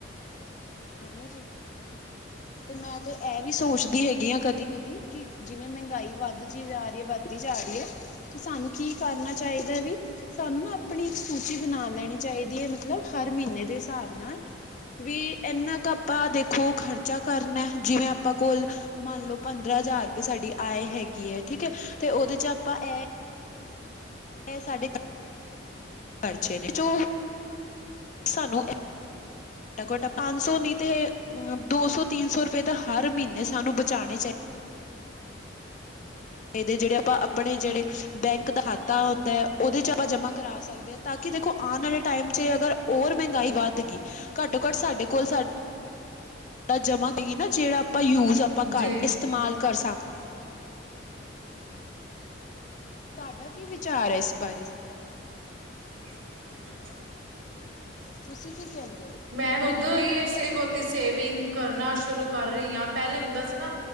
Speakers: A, on the left; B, on the right.
A: ਹੈਨਾ ਜੀ ਤੇ ਮੈਂ ਤੇ ਐ ਵੀ ਸੋਚਦੀ ਹੈਗੀ ਆਂ ਕਦੀ-ਕਦੀ ਕਿ ਜਿਵੇਂ ਮੈਂਹਗਾਈ ਵੱਧ ਜੀ ਜਾਰੀ ਐ, ਵੱਧਦੀ ਜਾਰੀਐ ਤੇ ਸਾਨੂੰ ਕੀ ਕਰਨਾ ਚਾਈਦਾ ਵੀ? ਸਾਨੂੰ ਨਾ ਆਪਣੀ ਇੱਕ ਸੂਚੀ ਬਣਾ ਲੈਣੀ ਚਾਈਦੀ ਐ ਮਤਲਬ ਹਰ ਮੀਨੇ ਦੇ ਹਿਸਾਬ ਨਾਲ। ਵੀ ਇੰਨਾ ਕੁ ਆਪਾਂ ਦੇਖੋ ਖ਼ਰਚਾ ਕਰਨਾ, ਜਿਵੇਂ ਆਪਾਂ ਕੋਲ ਮੰਨ ਲੋ ਪੰਦਰਾਂ ਹਜ਼ਾਰ ਰੁਪਏ ਸਾਡੀ ਆਏ ਹੈਗੇ ਐ ਠੀਕ ਐ, ਤੇ ਓਦੇ ਚ' ਆਪਾਂ ਐ <unintelligible> ਸਾਡੇ ਖਰਚੇ ਨੇ ਜੋ ਸਾਨੂੰ ਘਟੋ -ਘਟ, ਪੰਜ ਸੌ ਨੀ ਤੇ ਅਮ ਦੋ- ਸੌ ਤਿੰਨ ਸੌ ਰੁਪਏ ਤਾਂ ਹਰ ਮੀਨੇ ਸਾਨੂੰ ਬਚਾਣੇ ਚਾ ਈਦੇ ਜੇੜੇ ਆਪਾਂ ਆਪਣੇ ਜੇੜੇ, ਬੈਂਕ ਦਾ ਖਾਤਾ ਹੁੰਦੈ ਓਦੇ ਚ' ਆਪਾਂ ਜਮਾਂ ਕਰਾ ਸਕਦੇ ਆ। ਤਾਂ ਕੀ ਦੇਖੋ ਆਣ ਆਲੇ ਟਾਈਮ ਚ' ਅਗਰ ਓਰ ਮਹਿੰਗਾਈ ਵੱਧ ਗੀ, ਘੱਟੋ- ਘੱਟ ਸਾਡੇ ਕੋਲ ਸਾ ਆ ਜਮਾ ਕਈਏ ਨਾ ਜੇੜਾ ਆਪਾਂ ਯੂਜ ਆਪਾਂ
B: ਜੀ
A: ਘਰ ਇਸਤੇਮਾਲ ਕਰ ਸਕਦੇ ਆ। ਤੁਆਡਾ ਕੀ ਵਿਚਾਰ ਐ ਇਸ ਬਾਰੇ?
B: <inaudible>
A: ਤੁਸੀਂ ਕੀ ਕੈਂਦੇ ਓ?
B: ਮੈਂ ਖੁਦ ਈ ਏਸ ਲਈ ਬੋਹਤੀ ਸੇਵਿੰਗ ਕਰਨਾ ਸ਼ੁਰੂ ਕਰ ਰੀ ਆ ਪੈਲੇ ਹੁੰਦਾ ਸੀ ਨਾ